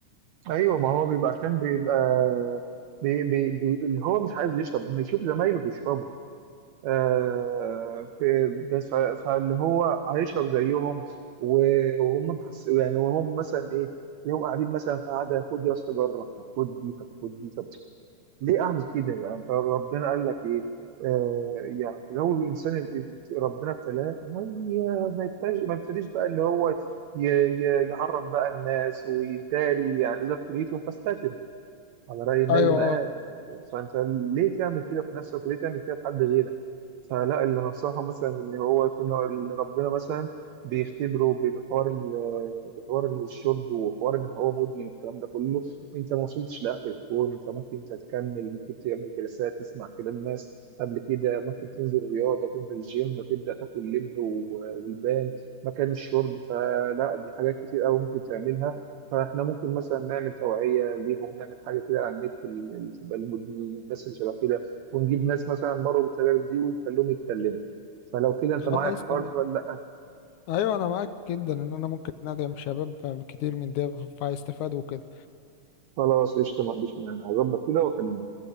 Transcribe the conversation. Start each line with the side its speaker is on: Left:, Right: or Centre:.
Right: ايوه ما هو بيبقى عشان بيبقى بي بي بي اللي هو مش عايز يشرب لما يشوف زمايله بيشربوا آه، في بس فاللي هو هيشرب زيهم و- وهم محس يعني وهم مثلا ايه يوم قاعدين مثلا في قعده خد يا اسطى جرب طب خد دي طب خد دي طب ليه اعمل كده يعني انت ربنا قال لك ايه آه يعني في الاول الانسان يبقى- ربنا ابتلاه ما ي- ما يبتديش ما يبتديش بقى اللي هو ي- ي- يعرف بقى الناس ويداري يعني اذا ابتليتم فاستتب على رأي النبي
Left: أيوه
Right: معاه
Left: أه
Right: يعني فأنت ليه تعمل كده في نفسك وليه تعمل كده في حد غيرك فلا اللي نصحه مثلا إن هو يكون هو- اللي ربنا مثلا بيختبره بالحوار ال- بحوار الشرب وحوار إن هو مدمن والكلام ده كله أنت ما وصلتش لآخر الكون أنت ممكن تتكمل ممكن تعمل جلسات تسمع كلام الناس قبل كده ممكن تنزل رياضة تنزل الجيم تبدأ تاكل لب و- والبان مكان الشرب فلا دي حاجات كتير أوي ممكن تعملها فاحنا ممكن مثلا نعمل توعيه ليهم نعمل حاجه كده على النت اللي اللي تبقى للمدمنين والناس اللي شبه كده ونجيب ناس مثلا مروا بالتجارب دي ونخليهم يتكلموا فلو كده انت
Left: خلاص
Right: معايا في الحوار
Left: تمام
Right: ده ولا لا
Left: أيوه أنا معاك جدا إن أنا ممكن أدعم شباب كتير من ده فهيستفادوا وكده
Right: خلاص قشطه ما عنديش مانع هظبط كده واكلمك